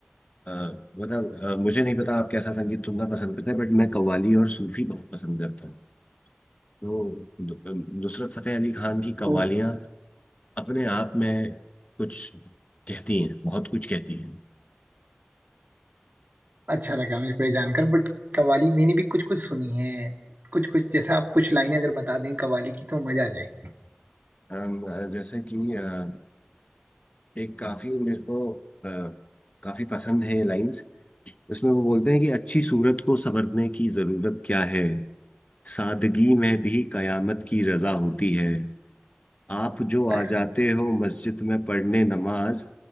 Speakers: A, on the left; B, on the right.
A: अ, मतलब अ, मुझे नहीं पता आप कैसा संगीत सुनना पसंद करते हैं बट मैं कव्वाली और सूफी बहुत पसंद करता हूँ तो नु- नुसरत फतेह अली खान की कव्वालियाँ
B: ओ,
A: अपने आप में कुछ कहती हैं बहुत कुछ कहती हैं
B: अच्छा लगा मेरे को ये जानकर बट कव्वाली मैंने भी कुछ कुछ सुनी है कुछ कुछ जैसा आप कुछ लाइनें अगर बता दें कव्वाली की तो मजा आ जाए
A: अम, अ, जैसे कि अ, एक काफी मेरे को अ, काफी पसंद है लाइंस उसमें वो बोलते हैं कि अच्छी सूरत को संवरने की जरूरत क्या है सादगी में भी कयामत की रजा होती है आप जो आ
B: हाय हाय
A: जाते हो मस्जिद में पढ़ने नमाज